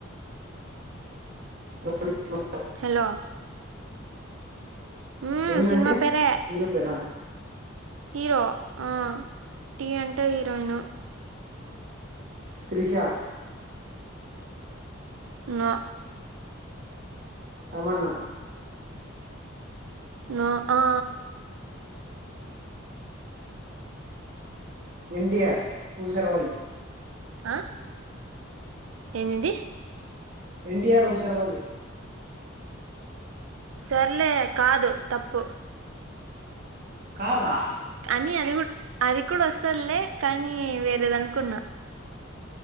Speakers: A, on the right; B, on the right.
A: <inaudible>
B: హలో మ్మ్,
A: ఏమంటే
B: సినిమా పేరే
A: హీరో పేరా
B: హీరో ఆ టీ అంటే heroine
A: Trisha
B: no
A: Tamannaah
B: no ఆ
A: ఎన్టీ ఆర్ ఉసరవల్లి
B: ఆ ఎంది ఎంది
A: ఎన్ టి ఆర్ ఉసరవల్లి
B: సర్లే కాదు తప్పు
A: కాదా
B: అని అది అది కూడా వస్తందిలే కానీ వేరేది అనుకున్నా